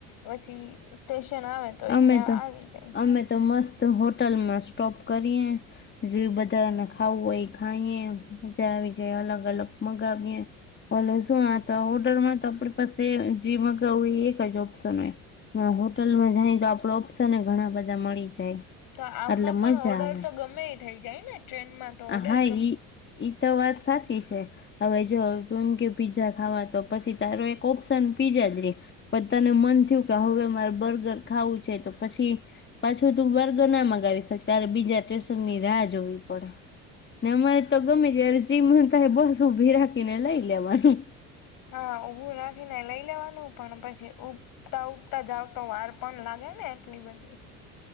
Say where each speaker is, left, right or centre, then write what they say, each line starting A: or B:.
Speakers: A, on the left; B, on the left.
A: પછી સ્ટેશન આવે એ
B: અમે
A: ત્યાં
B: તો
A: આવી જાય.
B: અમે તો મસ્ત હોટલમાં સ્ટોપ કરીએ. જે બધાને ખાવું હોય ખાઈએ મજા આવી જાય અલગ અલગ મગાવીએ. હલો શું આ તો ઓર્ડર માં તો આપણી પાસે જી મગાવું એ એક જ ઓપ્શન હે હ હોટલમાં જાય તો આપડો ઓપ્શન ઘણા બધા મળી જાય.
A: તો આમમાં
B: એટલે
A: પણ
B: મજા
A: ઓર્ડર
B: આવે
A: તો ગમે ઈ થઇ જાય ને ટ્રેનમાં તો
B: હા
A: ઓર્ડર
B: ઈ
A: ગમ
B: ઈ તો વાત સાચી છે. હવે જો એમ કે પીઝા ખાવા તો પછી તારો એક ઓપ્શન પીઝા જ રે. પણ તને મન થિયું કે હવે મારે બર્ગર ખાવું છે તો પછી પાછું તું બર્ગર ના મગાવી શક તારે બીજા સ્ટેશનની રાહ જોવી પડે. ને અ મરે તો ગમે ત્યારે જી મન થાય એ બસ ઊભી રાખીને લઈ લેવાનું
A: હા ઊભું રાખીને લઈ લેવાનું પણ પછી ઉ- ઉતા ઉગતા જાવ તો વાર પણ લાગે ને એટલી બધી-